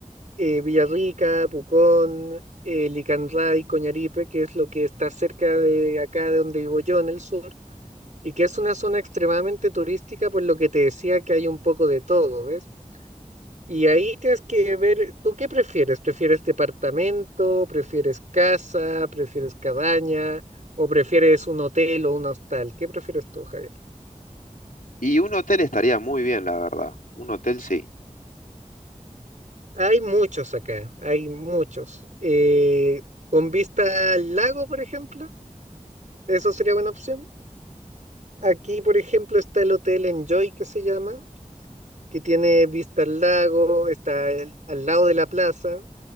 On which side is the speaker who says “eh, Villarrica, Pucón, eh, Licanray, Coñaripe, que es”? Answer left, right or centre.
Right